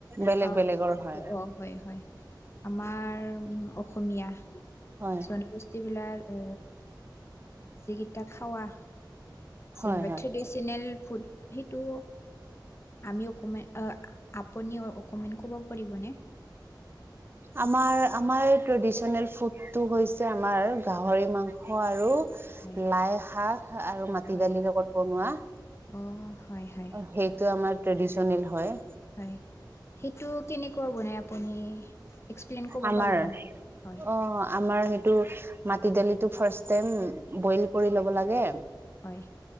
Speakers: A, on the right; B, on the left.
A: বেলেগ
B: খাওঁ।
A: বেলেগৰ হয়
B: অ' হয় হয়। আমাৰ অসমীয়া
A: হয়
B: জন গোষ্ঠী যিবিলাক এ যিকিতা খাৱা
A: হয়
B: যেনিবা
A: হয়
B: ট্ৰেডি চিনল ফুড সেইটো আমি অকমান আপুনি অকমান ক'ব পাৰিবনে?
A: আমাৰ আমাৰ ট্ৰেডিচনেল ফুডটো হৈছে আমাৰ গাহৰি মাংস আৰু
B: হয়
A: লাই শাক আৰু মাটি
B: হয়।
A: দালিৰ লগত বনোৱা
B: অ' হয় হয়
A: সেইটো আমাৰ ট্ৰেডিচনেল হয়।
B: হয় সেইটো কেনেকুৱা বনায় আপুনি? এক্সপ্লেইন কৰিব
A: আমাৰ
B: পাৰিব নেকি? হয়
A: অ' আমাৰ সেই টো মাটি দালিটো ফাৰ্ষ টাইম বইল কৰি ল'ব লাগে।
B: হয়।